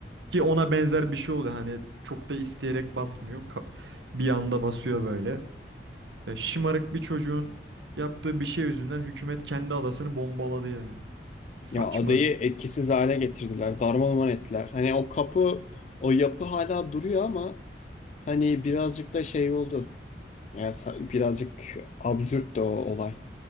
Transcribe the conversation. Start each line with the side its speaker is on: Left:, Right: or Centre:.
Right: Ki ona benzer bir şey oluyor. Hani çok da isteyerek basmıyor. Ka- Bir anda basıyor böyle. Ya şımarık bir çocuğun yaptığı bir şey yüzünden hükümet kendi adasını bombaladı yani. Saçma.
Left: Ya adayı etkisiz hale getirdiler. Darmaduman ettiler. Hani o kapı, o yapı hala duruyor ama hani birazcık da şey oldu. Ya sa- birazcık absürt de o olay.